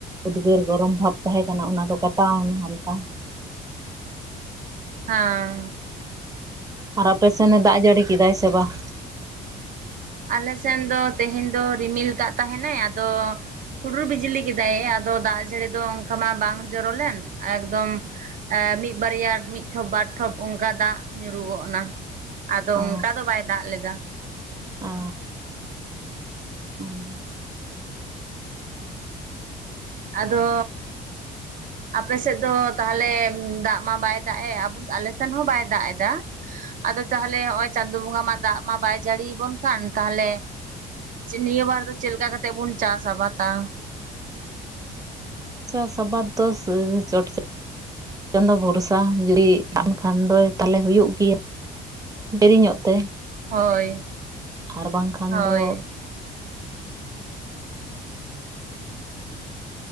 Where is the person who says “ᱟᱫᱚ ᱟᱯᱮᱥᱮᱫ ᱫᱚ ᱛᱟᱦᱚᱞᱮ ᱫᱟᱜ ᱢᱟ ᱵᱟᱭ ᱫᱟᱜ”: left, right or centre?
Right